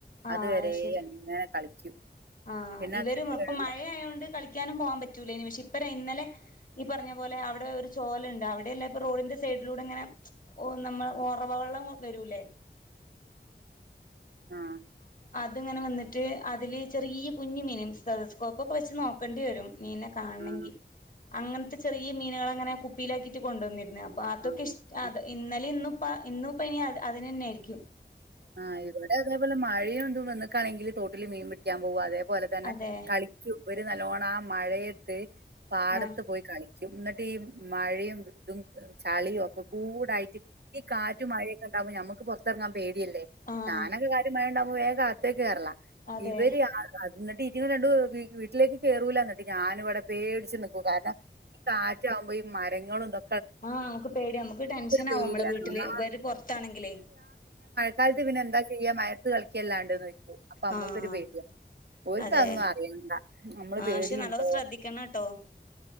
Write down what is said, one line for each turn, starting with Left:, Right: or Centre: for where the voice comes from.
Left: ആ
Right: അതുവരെ
Left: അ ശരി
Right: അങ്ങനെ കളിക്കും
Left: ആഹ
Right: പിന്നെ
Left: ഇവരും
Right: അതൊരു പേടിള്ള
Left: ഇപ്പ മഴയോണ്ട് കളിക്കാനും പോവാൻ പറ്റൂല ഇനി പക്ഷേ ഇന്നലെ ഈ പറഞ്ഞ പോലെ അവിടെ ഒരു ചോലയുണ്ട് അവിടെ എല്ലാ ഇപ്പ റോഡിന്റെ സൈഡിലൂടെ ഇങ്ങനെ നമ്മൾ ഒറവവെള്ളം വരൂല്ലേ?
Right: ആഹ്
Left: അത്ങ്ങനെ നിന്നിട്ട് അതില് ചെറിയ കുഞ്ഞ് മീന്. സെതസ്കോപ്പ്ഒക്കെ വെച്ച് നോക്കേണ്ടി വരും മീനെ കാണങ്കി
Right: ആഹ്
Left: അങ്ങനത്തെ ചെറിയ മീനുകളങ്ങനെ കുപ്പിയിലാക്കിട്ട് കൊണ്ടുവന്നി അപ്പൊ അതൊക്കെ
Right: ആഹ്
Left: ഇഷ അ ഇന്നലയും, ഇന്നും ഇന്നും ഇപ്പംഇനി അതിനുതന്നെയാരിക്കും.
Right: ആ ഇവിടെ അതേപോലെ മഴയൊന്നും വന്നക്കാണെങ്കില് തോട്ടിൽ മീൻ പിടിക്കാൻ പോവാതെ പോലെ തന്നെ
Left: അതെ
Right: കളിക്കും. ഒരു നല്ലോണം ആ മഴ തെ പാടത്ത്
Left: ആഹ്
Right: പോയി കളി എന്നിട്ട് ഈ മഴയും ഇതും ചളിയും ഒക്കെ കൂടായിട്ട് ഈ കാറ്റു മഴയൊക്കെ ഉണ്ടാവുമ്പോ നമ്മക്ക് ക്ക് പുറത്തിറങ്ങാൻ പേ
Left: ആഹ്
Right: ഞാനൊക്കെ കാര്യ വേഗം അകത്തേക്ക് കേറലാ
Left: അതെ
Right: ഇവര് <unintelligible> എന്നിട്ട് ഇതുരണ്ടും വീട്ടിലേക്ക് കേറൂല്ലഎന്നിട്ട് ഞാനിവിടെ പേടിച്ച്നി കാരണം ഈ കാറ്റാവുമ്പോ മരങ്ങളും ഇതോ
Left: ആ നമുക്ക് പേടി നമുക്ക് ടെൻഷൻ ആവും
Right: പേടിയാണ്
Left: നമ്മടെ വീട്ടില്.
Right: ആ
Left: ഇവര് പൊറത്താണെങ്കിലേ?
Right: ക്കാലത്ത് പിന്നെ എന്താ ചെയ്യ മയത്ത് കളിക്കിയല്ലാണ്ട് ചോ അപ്പൊ നമ്മുക്കൊരു
Left: ആഹ്
Right: പേടിയ ഓര്ക്ക്
Left: അതെ
Right: അതൊന്നും അറിയണ്ട നമ്മള്
Left: ആഹ്
Right: പേടിയുണ്ടോ
Left: പക്ഷെ നല്ലോ ശ്രദ്ധിക്കണംട്ടോ